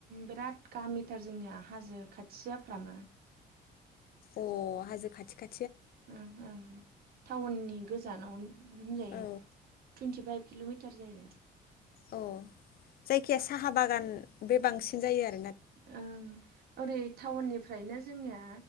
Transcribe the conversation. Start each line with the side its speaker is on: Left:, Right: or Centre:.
Right: बिराद गामिथार जोंनिया हाजो खाथि जाफ्रामो।
Left: अ' हाजो खाथि खा
Right: ओं ओं टाउननि गोजानाव होनजायो
Left: औ
Right: टुइन्टिफाइभ किल'मिटार जायो।
Left: अ' जायखिया साहा बागान बे बांसिन जायो आर
Right: ओं ओरै टाउननि फ्रायनो जोंनिया